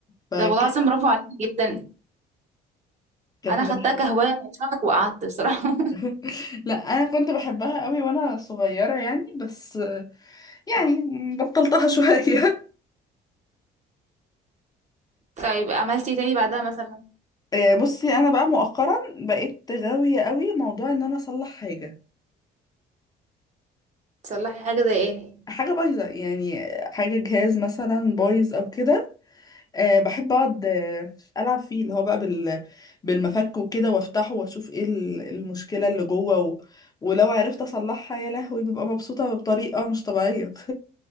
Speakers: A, on the left; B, on the right.
A: فكانت
B: طب والله العظيم برافو عليك جدا
A: من
B: انا خدتها
A: الحاجة.
B: كهواية من شهر وقعدت بصراحة
A: <laughs>
B: <laughs>
A: لا انا كنت بحبها قوي وانا صغيره يعني بس يعني بطلتها شويه <laughs>
B: طيب عملتي إيه تاني بعدها مثلا
A: يعني بصي انا بقى مؤخرا بقيت غاويه قوي موضوع ان انا اصلح حاجه
B: تصلحي حاجة زي ايه
A: حاجة بايظة يعني حاجة جهاز مثلا بايظ أو كده أه بحب أقعد آه، ألعب فيه اللي هو بقى بال... بالمفك وكده وأفتحه وأشوف إيه ال- المشكلة اللي جوه و... ولو عرفت أصلحها يا لهوي ببقى مبسوطة بطريقة مش طبيعية